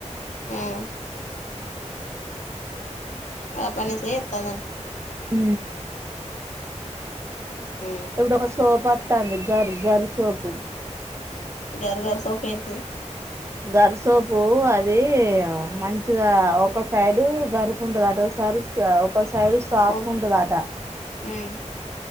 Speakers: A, on the left (about 75°); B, on the right (about 20°).
A: మ్మ్ అబ్బా నేను చేయ్ తన్నదా
B: హ
A: మ్మ్
B: ఇప్పుడు ఒక సోపా ట్టంది గర్ గర్ సోపు
A: గార్ గర్ సోపయింటి
B: గరిసోపు అది మంచిగా ఒక సైడు గరుకుంటది ఒకసారి ఒక సైడు షాపు
A: ఆ స్పూన్
B: ఉంటదంట
A: మ్మ్